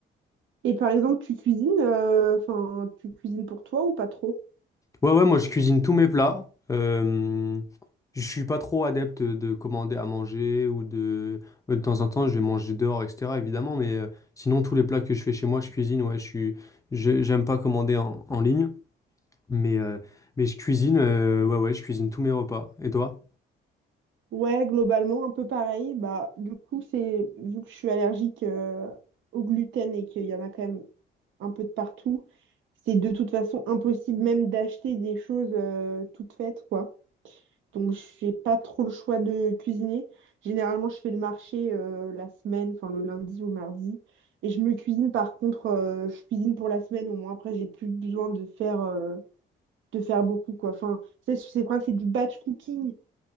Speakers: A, on the right; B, on the left.
A: Et par exemple, tu cuisines, euh, enfin, tu cuisines pour toi ou pas trop?
B: Ouais, ouais, moi, je cuisine tous mes plats. Euh, je suis pas trop adepte de commander à manger ou de... De temps en temps, je vais manger dehors, etc., évidemment. Mais euh, sinon, tous les plats que je fais chez moi, je cuisine. Ouais, je suis... je- J'aime pas commander en, en ligne. Mais, euh, mais je cuisine, euh, ouais, ouais, je cuisine tous mes repas. Et toi?
A: Ouais, globalement, un peu pareil. Bah, du coup, c'est vu que je suis allergique euh, au gluten et qu'il y en a quand même un peu de partout. C'est de toute façon impossible même d'acheter des choses euh, toutes faites, quoi. Donc, je fais pas trop le choix de cuisiner. Généralement, je fais le marché euh, la semaine, enfin le lundi ou mardi. Et je me cuisine, par contre, euh, je cuisine pour la semaine. Au moins, après, j'ai plus besoin de faire, euh, de faire beaucoup, quoi. Enfin, c'est c'est quoi? C'est du batch cooking.